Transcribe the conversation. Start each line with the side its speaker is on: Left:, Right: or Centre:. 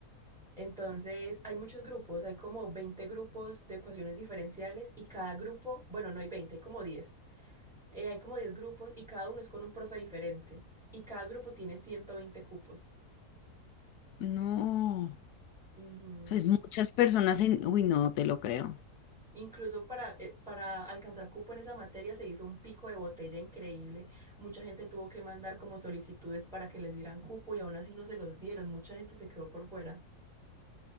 Centre: Entonces, hay muchos grupos, hay como 20 grupos de ecuaciones diferenciales y cada grupo, bueno, no hay 20 hay como diez Eh, hay como 10 grupos y cada uno es con un profe diferente. Y cada grupo tiene 120 cupos.
Left: No, o
Centre: Ujú.
Left: sea, es muchas personas en... Uy, no te lo creo.
Centre: Incluso para, eh, para alcanzar cupo en esa materia se hizo un pico de botella increíble. Mucha gente tuvo que mandar como solicitudes para que les dieran cupo y aún así no se los dieron. Mucha gente se quedó por fuera.